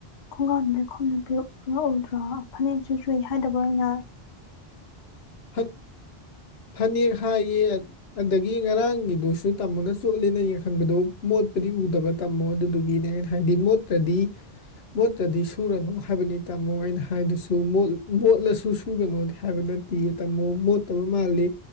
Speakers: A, on the left; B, on the left.
A: ꯈꯨꯡꯒ꯭ꯔꯥꯎꯗ ꯂꯩꯈꯣꯝꯗ <unintelligible> ꯗ꯭ꯔꯣ ꯐꯅꯦꯛꯁꯨ ꯆꯨꯏ ꯍꯥꯏꯗꯕ꯭ꯔꫭ ꯑꯩꯅ
B: ꯐꯠ ꯐꯅꯦꯛ ꯍꯥꯏꯌꯦ ꯑꯗꯒꯤ ꯉꯔꯥꯡꯒꯤꯗꯨꯁꯨ ꯁꯨ ꯇꯥꯃꯣꯅ ꯆꯣꯠꯂꯦꯅ ꯌꯦꯡ ꯍꯟꯕꯗꯣ ꯃꯣꯠꯄꯗꯤ ꯎꯗꯕ ꯇꯝꯃꯣ ꯑꯗꯨꯗꯨꯒꯤꯅꯦ ꯑꯩꯅ ꯍꯥꯏꯗꯤ ꯃꯣꯠꯇ꯭ꯔꯗꯤ ꯃꯣꯠꯇ꯭ꯔꯗꯤ ꯁꯨꯔꯅꯨ ꯍꯥꯏꯕꯅꯤ ꯇꯥꯝꯃꯣ ꯑꯩꯅ ꯍꯥꯏꯗꯨꯁꯨ ꯃꯣꯠꯂꯁꯨ ꯁꯨꯒꯅꯣꯗꯤ ꯍꯥꯏꯕ ꯅꯠꯇꯤꯌꯦ ꯇꯥꯝꯃꫭ ꯃꯣꯠꯇꯕ ꯃꯥꯜꯂꯤ